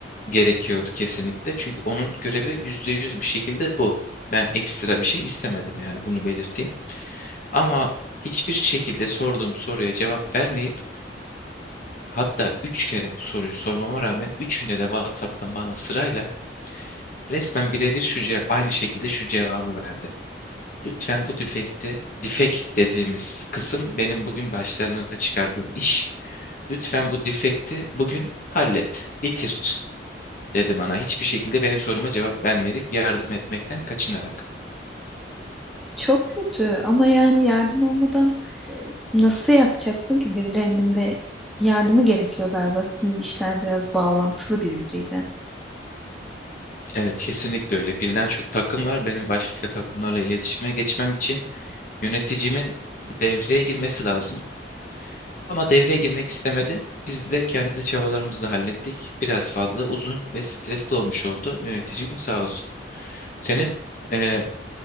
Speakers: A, on the left (about 50°); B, in the centre.
A: gerekiyordu kesinlikle. Çünkü onun görevi %100 bir şekilde bu. Ben ekstra bir şey istemedim yani bunu belirteyim. Ama hiçbir şekilde sorduğum soruya cevap vermeyip hatta 3 kere bu soruyu sormama rağmen üçünde de WhatsApp'tan bana sırayla resmen birebir şu ce- aynı şekilde şu cevabı verdi. Lütfen bu defekti, defek dediğimiz kısım benim bugün başlarına çıkardığım iş. Lütfen bu defekti bugün hallet, bitir dedi bana. Hiçbir şekilde benim soruma cevap vermeyerek, yardım etmekten kaçınarak.
B: Çok kötü ama yani yardım olmadan Nasıl yapacaksın ki birilerinin de yardımı gerekiyor galiba. Sizin işler biraz bağlantılı birbiriyle.
A: Evet, kesinlikle öyle. Birden çok takım var. Benim başka takımlarla iletişime geçmem için yöneticimin devreye girmesi lazım. Ama devreye girmek istemedi. Biz de kendi çabalarımızla hallettik. Biraz fazla uzun ve stresli olmuş oldu. Yöneticim sağ olsun. Senin eee,